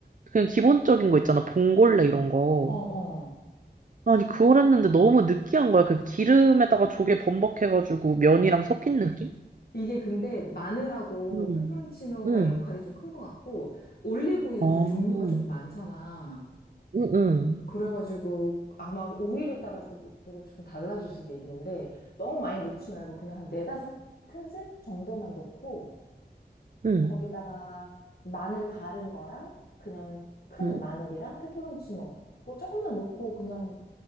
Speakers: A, on the right; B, on the left.
A: 그냥 기본적인 거 있잖아. 봉골레 이런 거.
B: 어, 어.
A: 아니, 그걸 했는데 너무 느끼한 거야. 그 기름에다가 조개 범벅해가지고 면이랑 섞인 느낌?
B: 이게 근데 마늘하고
A: 응,
B: 페페론치노가
A: 응.
B: 역할이 좀 큰 것 같고, 올리브유도
A: 아,
B: 종류가
A: 응,
B: 조금 많잖아.
A: 응,
B: 그래가지고 아마 오일에 따라 또, 또 조금 달라질 수도 있는데, 너무 많이 넣지 말고 그냥 한 네다섯 큰술 정도만 넣고,
A: 응,
B: 거기다가 마늘 갈은 거랑 그냥 큰
A: 응,
B: 마늘이랑 페페론치노 그거 조금만 넣고 그냥